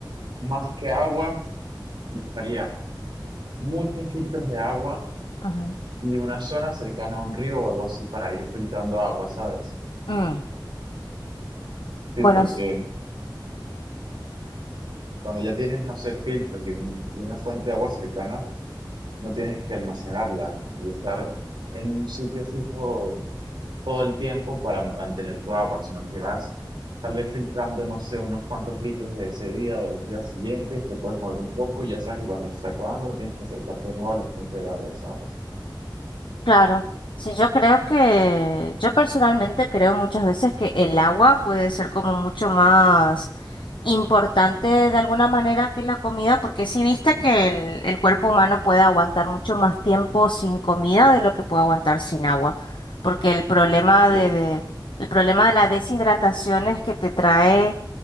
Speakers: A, on the right (about 75°); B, on the left (about 75°).
A: más que agua, buscaría muchos filtros de agua
B: ujú.
A: y una zona cercana a un río o algo así para ir filtrando agua, ¿sabes?
B: Mm.
A: Sí,
B: Bueno,
A: porque cuando ya tienes, no sé, filtros y, un- y una fuente de agua cercana, no tienes que almacenarla y estar en un sitio fijo todo el tiempo para mantener tu agua, sino que vas tal vez filtrando, no sé, unos cuantos litros de ese día o de los días siguientes, te puedes mover un poco y ya sabes que cuando se está acabando tienes que acercarte de nuevo a la fuente de agua, ¿sabes?
B: Claro, sí, yo creo que, yo personalmente creo muchas veces que el agua puede ser como mucho más importante de alguna manera que la comida, porque si viste que el, el cuerpo humano puede aguantar mucho más tiempo sin comida de lo que puede aguantar sin agua, porque el problema
A: Sí,
B: de, de- el problema de la deshidratación es que te trae